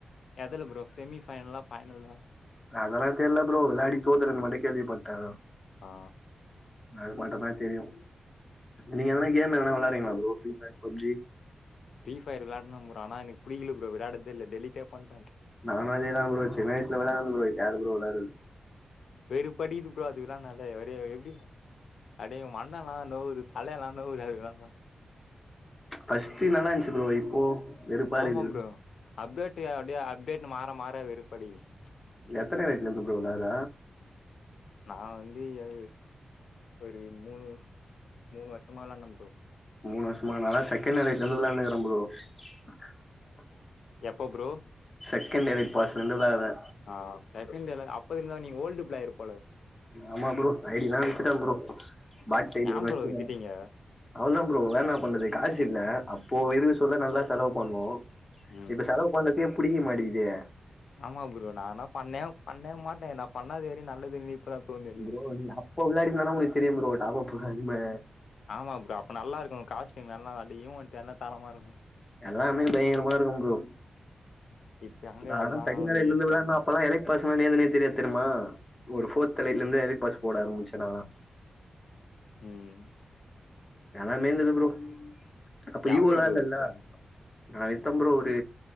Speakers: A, on the left; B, on the left.
A: எதுல ப்ரோ செமிஃபைனல்லா பைனல்லா
B: அதெல்லா தெரில ப்ரோ விளையாடி தோத்த்துட்டா மட்டு கேள்விப்பட்டே
A: ஆ
B: அது மட்டுந்தா தெரியு, நீங்க எதுனா கேம் எதுனா வெளாட்றீங்களா bro free fire PUBG
A: free fire விளாட்ன ப்ரோ ஆனா எனக்கு புடிக்கல ப்ரோ விளையாட தெரில டெலிட்டே பண்ட்ட
B: நானு அதேதா ப்ரோ சின்ன வயசுல விளாட்னது ப்ரோ இப்ப யாரு ப்ரோ விளாட்றது
A: வெறுப்படிக்குது ப்ரோ அது விளாட்னாலே ஒரே எப்டி அப்டியே மண்டல்லா நோவுது தலையெல்லா நோவுது அது விளாட்னா
B: ஃபஸ்ட்டு நல்லா இருந்துச்சி ப்ரோ இப்போ வெறுப்பா
A: ஆமா
B: இருக்குது
A: ப்ரோ அப்டேட் அப்டியே அப்டேட் மாற மாற வெறுப்படிக்குது
B: எத்தன வயசுல இருந்து ப்ரோ விளாடுற
A: நா வந்து எ ஒரு மூணு மூணு வருஷமா விளான்ட ப்ரோ
B: மூணு வருஷமா நான்லா செகண்ட் எலைட்ல இருந்து விளாயாண்டுனு இருக்குற ப்ரோ
A: எப்ப ப்ரோ
B: செகண்ட் எலைட் பாஸ்ல இருந்து விளாட்ற
A: ஆ செகண்ட் எலை அப்ப இருந்தா நீங்க ஓல்டு பிளேயர் போல
B: ஆமா ப்ரோ ஐடிலா வித்துட்ட ப்ரோ பாட் ஐடி
A: ஏன்
B: ஒண்ணு
A: ப்ரோ
B: வச்சிருந்தே
A: வித்துட்டீங்க
B: அவ்ளோதா ப்ரோ வேற என்னா பண்றது காசு இல்ல அப்போ இருக்க சொல்ல நல்லா செலவு பண்ணோ
A: ம்
B: இப்ப செலவு பண்றதுக்கே புடிக்க மாட்டேங்கிதே
A: ஆமா ப்ரோ நான்லா பண்ணே பண்ணே மாட்டே நா பண்ணாது வரையு நல்லதுனு இப்பதா தோணுது எனக்கு
B: ப்ரோ நீ அப்ப விளாடிருந்தனா உனக்கு தெரியு ப்ரோ டாப் அப் அரும
A: ஆமா ப்ரோ அப்ப நல்லா இருக்கு காஸ்டியூ எல்லா அண்ட் ஈவன்ட் எல்லா தரமா இருக்கு
B: எல்லாமே பயங்கரமா இருக்கு ப்ரோ,
A: இப்ப எங்க
B: நா
A: எல்லா
B: ஆனா செகண்ட் எலைட்லந்து
A: வேஸ்ட்டா
B: விளாட்ன
A: இருக்கு
B: அப்பல்லா எலைட் பாஸ்னா ஏதுனே தெரியாது தெரிமா ஒரு ஃபோர்த் எலைட்ல இருந்துதா எலைட் பாஸ் போட ஆரம்பிச்ச நான்லா
A: ம்
B: எல்லாமே இருந்துது ப்ரோ அப்ப
A: எவ்ளோக்கு
B: இஓலா
A: ப்ரோ
B: இல்லல
A: வித்தாங்க
B: நா வித்த ப்ரோ, ஒரு